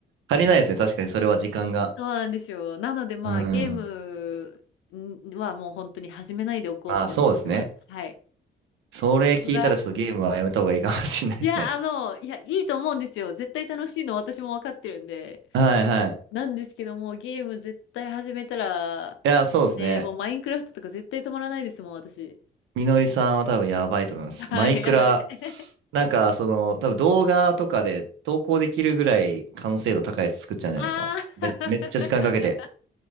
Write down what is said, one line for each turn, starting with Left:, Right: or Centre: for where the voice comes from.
Right: 足りないですね。確かにそれは時間が。
Left: そうなんですよ。なのでまあ、
Right: うん。
Left: ゲームんはもう本当に始めないでおこうって思ってます。
Right: まあそうですね。
Left: はい。
Right: それ聞いたらちょっとゲームはやめた方がいいかもしれないですね。
Left: 僕が、いや、あの、いや、いいと思うんですよ。絶対楽しいの私も分かってるんで。
Right: はいはい。い
Left: なんですけども、ゲーム絶対始めたら、
Right: や、そうですね。
Left: ね、もうマインクラフトとか絶対止まらないですもん、私。
Right: みのりさんは多分やばいと思います。
Left: はいはい。
Right: マイクラ、なんかその、多分動画とかで投稿できるぐらい完成度高いやつ作っちゃうんじゃないですか。
Left: <laughs> ああ、
Right: め、めっちゃ時間かけて。